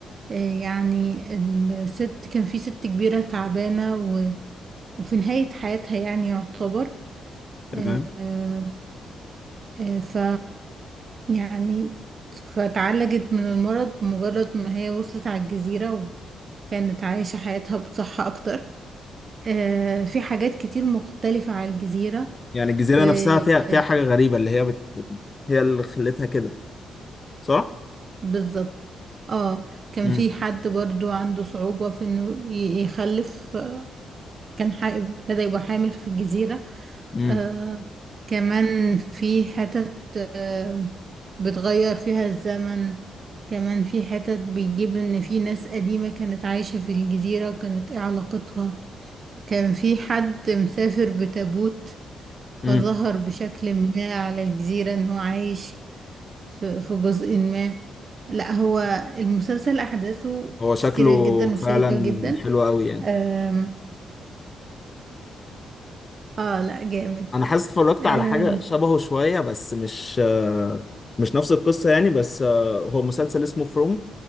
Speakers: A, on the right; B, on the left.
A: آه، يعني الست كان في ست كبيرة تعبانة و- وفي نهاية حياتها يعني يعتبر
B: تمام
A: آه، آه، آه، ف يعني فتعالجت من المرض بمجرد ما هي وصلت على الجزيرة وكانت عايشة حياتها بصحة أكتر آه، في حاجات كتير مختلفة على الجزيرة
B: يعني الجزيرة
A: في
B: نفسها فيها فيها حاجة
A: في-
B: غريبة اللي هي بت... بت... هي اللي خلتها كده صح؟
A: بالظبط اه كان
B: امم
A: في حد برضو عنده صعوبة في انه ي- يخلف كان ح- ابتدى يبقى حامل في الجزيرة
B: امم
A: آه كمان في حتت آه بتغير فيها الزمن كمان في حتت بيجيب ان في ناس قديمة كانت عايشة في الجزيرة وكانت ايه علاقتها كان في حد مسافر بتابوت فظهر
B: امم
A: بشكل ما على الجزيرة ان هو عايش في في جزء ما لا هو المسلسل احداثه
B: هو شكله
A: كتيرة جدا
B: فعلا
A: وشيقة جدا
B: حلو قوي يعني
A: آم، اه لا جامد
B: انا حاسس اتفرجت
A: آه
B: على حاجه شبهه شويه بس مش آه، مش نفس القصه يعني بس آه، هو مسلسل اسمه فروم